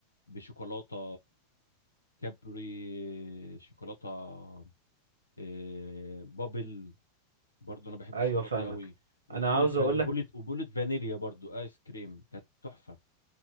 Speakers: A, on the left (about 80°); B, on the right (about 75°).
A: بشوكولاته كابري شوكولاته إيه، بابل برضو انا بحب
B: ايوه
A: الشوكولاته
B: فاهمك
A: دي قوي وبولت
B: انا عاوز
A: فان
B: اقول
A: وبولت
B: لك
A: وبولت فانيليا برضو ايس كريم كانت تحفه